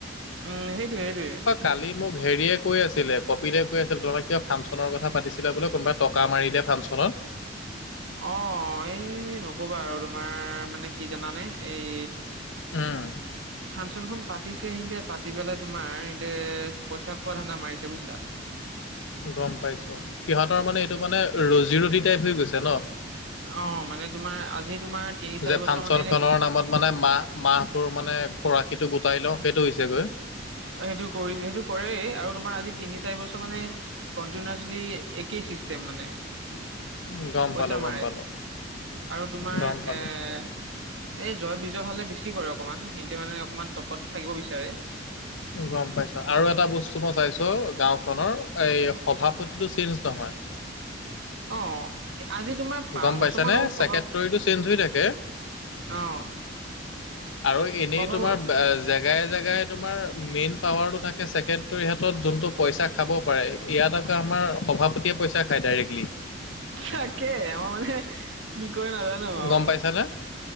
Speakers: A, on the right; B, on the left.
A: উম সেইটোৱে সেইটোৱে।
B: অ কালি মোক হেৰিয়ে কৈ আছিলে কপিলে কৈ আছিলে তোমাক কিবা ফাংচনৰ কথা পাতিছিলা বোলে কোনোবাত টকা মাৰি দে ফাংচনত।
A: অ', এই নকবা আৰু তোমাৰ মানে কি জানানে এই
B: উম
A: ফাংচন খন পাতিছে সিহতে পাতি পেলাই তোমাৰ পেলাই তোমাৰ পইচা খোৱা ধান্দা মাৰিছে বুজিছা।
B: গ'ম পাইছোঁ সিহঁতৰ মানে এইটো মানে ৰজী ৰটী টাইপ হৈ গৈছে ন।
A: অ মানে তোমাৰ আজি তোমাৰ তিনি চাৰি
B: যে
A: বছৰ
B: ফাংচন
A: মানে এনে
B: খনৰ নামত মানে মাহ মাহটোৰ মানে খোৰাকীটো গোটাই লওঁ সেইটো হৈছে গৈ
A: সেইটো কৰিছে সেইটো কৰেই আৰু তোমাৰ আজি তিনি চাৰি বছৰ মানে কনটিনিউয়াছলি একেই চিষ্টেম মানে
B: উম, গম
A: পইচা
B: পালো
A: মাৰে
B: গম পালো
A: আৰু তোমাৰ
B: গম পালো
A: এ এই জয় বিজয় হালে বেছি কৰে অকণমান সিহঁতে মানে অকনমান টপত থাকিব বিচাৰে
B: গম পাইছো আৰু এটা বস্তু মই চাইছো গাঁওখনৰ সভাপতিটো চেঞ্জ নহয়
A: অ আজি তোমাৰ পাঁচ
B: গম পাইছানে
A: বছৰ মান হ'ল
B: ছেক্ৰেটৰীটো
A: সভা
B: চেঞ্জ হৈ থাকে
A: অ
B: আৰু এনেই
A: সভা
B: তোমাৰ জেগাই জেগাই তোমাৰ মেইন পাৱাৰটো তাকে ছেক্ৰেটাৰীৰ হাতত জোনটো পইচা খাব পাৰে ইয়াত আকৌ আমাৰ সভাপতিয়ে পইচা খায় ডাইৰেক্টলি
A: তাকে আমাৰ মানে কি কৰে নাজানো আৰু
B: গম পাইছানে